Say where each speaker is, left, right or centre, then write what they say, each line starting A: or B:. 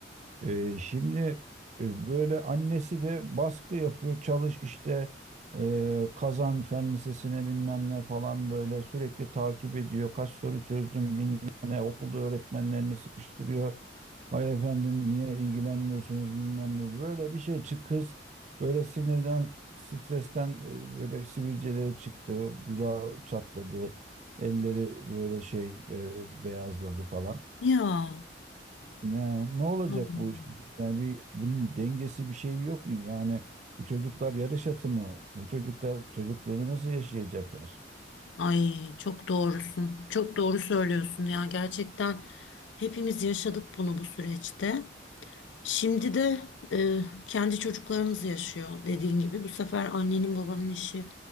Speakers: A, on the right (about 40°); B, on the left (about 80°).
A: E, şimdi e, böyle annesi de baskı yapıyor. Çalış işte e, kazan fen lisesine bilmem ne falan böyle sürekli takip ediyor. Kaç soru çözdüm bilmem ne okulda öğretmenlerini sıkıştırıyor. Vay efendim niye ilgilenmiyorsunuz bilmem ne. Böyle bir şey çık kız böyle sinirden stresten e, böyle sivilceleri çıktı. Dudağı çatladı. Elleri böyle şey e, beyazladı falan.
B: Ya.
A: Ne, ne olacak
B: Allah.
A: bu iş? Yani bir, bunun bir dengesi bir şey yok mu? Yani bu çocuklar yarış atı mı? Bu çocuklar çocukluğunu nasıl yaşayacaklar?
B: Ay çok doğrusun. Çok doğru söylüyorsun ya. Gerçekten hepimiz yaşadık bunu bu süreçte. Şimdi de e, kendi çocuklarımız yaşıyor dediğin gibi. Bu sefer annenin babanın işi